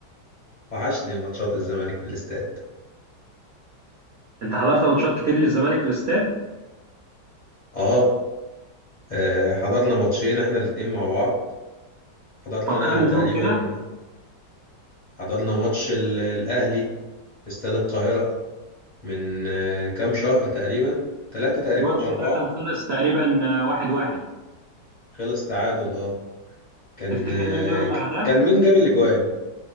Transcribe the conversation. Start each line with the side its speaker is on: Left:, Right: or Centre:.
Left: وحشني ماتشات الزمالك في الاستاد
Right: انت حضرت ماتشات كتير للزمالك في الاستاد
Left: اه آه، حضرنا ماتشين احنا الاتنين مع بعض حضرت
Right: فكرني
Left: انا تقريبا
Right: بيهم كده
Left: حضرنا ماتش ال- الاهلي في استاد القاهره من آه، كام شهر تقريبا ثلاثة تقريبا
Right: الماتش
Left: او اربعة
Right: ده كان خلص تقريبا آه، واحد واحد
Left: خلص تعادل اه كان
Right: تفتكر
Left: آه،
Right: مين جاب الاهداف؟
Left: كان مين جاب الاجوان